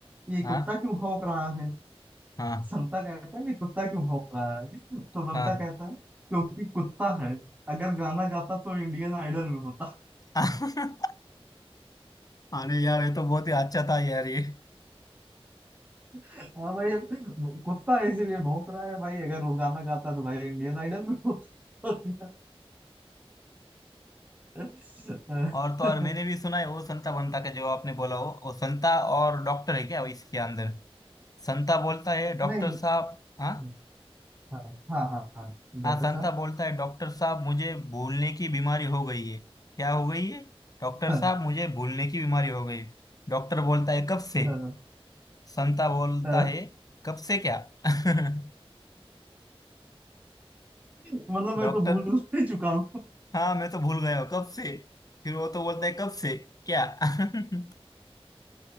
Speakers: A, on the right (about 15°); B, on the left (about 40°).
A: ये
B: हाँ
A: कुत्ता
B: हाँ
A: क्यों भौंक रहा है
B: हाँ
A: संता कहता है ये कुत्ता क्यों भौंक रहा है तो बनता
B: हाँ
A: कहता है क्योंकि कुत्ता है अगर गाना गाता तो इंडियन आइडल में होता
B: हाँ। <laughs> अरे यार ये तो बहुत ही अच्छा था यार ये
A: हाँ भाई अब कुत्ता इसीलिए भौंक रहा है भाई अगर वो गाना गाता तो भाई इंडियन आइडल में होता <laughs>
B: और तो और मैंने भी सुना है वो संता बंता का जो आपने बोला वो वो संता और डॉक्टर है क्या इसके अंदर संता बोलता है डॉक्टर
A: नहीं
B: साहब
A: हम्म,
B: हाँ
A: हाँ हाँ हाँ हाँ डॉक्टर
B: हाँ संता
A: साहब
B: बोलता है डॉक्टर साहब मुझे भूलने की बीमारी हो गई है क्या हो गई है डॉक्टर
A: हाँ,
B: साहब मुझे भूलने की बीमारी हो गई डॉक्टर बोलता है कब से
A: हाँ,
B: संता बोलता
A: हाँ,
B: है कब से क्या <laughs>
A: मतलब मैं
B: डॉक्टर
A: तो भूल <laughs> ही चुका हूँ
B: हाँ मैं तो भूल गया हूँ कब से फिर वो तो बोलता है कब से क्या <laughs>